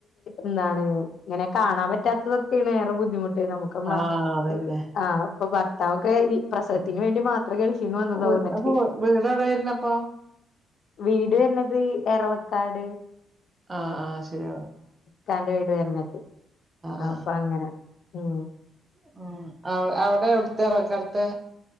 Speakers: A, on the left; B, on the right.
A: എന്താണ് ഇങ്ങനെ കാണാൻ പറ്റാത്തത് വേറെ ബുദ്ധിമുട്ട് നമുക്ക് നമ്മളെ
B: ആ ആ അതന്നെ
A: ആ ഇപ്പൊ ഭർത്താവൊക്കെ ഈ പ്രസവത്തിന് വേണ്ടി മാത്രം അത്രക്ക് ഗൾഫീന്ന് വന്നതാവന്നട്ട്
B: വീ- അപ്പൊ വീട് എവിടെ വരുന്നപ്പോ
A: വീട് വര്ണത് എറവക്കാട്
B: ആഹ് ആഹ് ശരിയ
A: കാന്റെ വീട് വരണത്
B: ആഹ്
A: അപ്പൊ അങ്ങനെ ഉം
B: ഉം അവിടെ എവിടത്തെ ആറക്കർത്തെ